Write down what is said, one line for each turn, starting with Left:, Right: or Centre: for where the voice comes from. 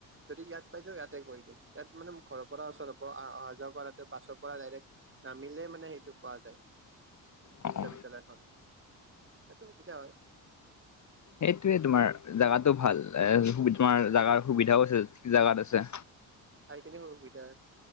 Right: যদি ইয়াত পাই যাওঁ ইয়াতে কৰি দিম। ইয়াত মানে ঘৰৰ পৰা ওচৰ হ'ব আহ আহা-যোৱা কৰাতে বাছত পৰা ডাইৰেক নামিলেই মানে সেইটো পোৱা যায়
Left: অ
Right: বিশ্ববিদ্যালয়খন।
Left: অ
Right: এইটো সুবিধা হয়।
Left: সেইটোৱে তোমাৰ জাগাতো ভাল তোমাৰ জাগাৰ সুবিধাও আছে। ঠিক জাগাত আছে।
Right: ঠাইখিনি সুবিধা আছ